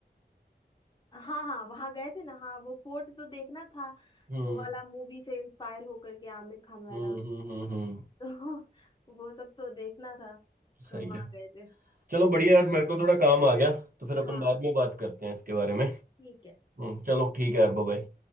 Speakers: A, on the left; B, on the right.
A: हाँ हाँ वहां गए थे ना हाँ वो फोर्ट तो देखना था
B: हम्म
A: वो वाला मूवी से इंस्पायर होकर के आमिर खान वाला
B: हम्म हम्म हम्म हम्म,
A: <laughs> तो वो सब तो देखना था
B: सही
A: तो वहां
B: है
A: गए थे
B: चलो बढ़िया यार मेरे को थोड़ा काम आ गया तो फिर अपन
A: हाँ
B: बाद में बात करते हैं इसके बारे में
A: ठीक
B: हम्म
A: है ठीक
B: चलो
A: है
B: ठीक है यार बाय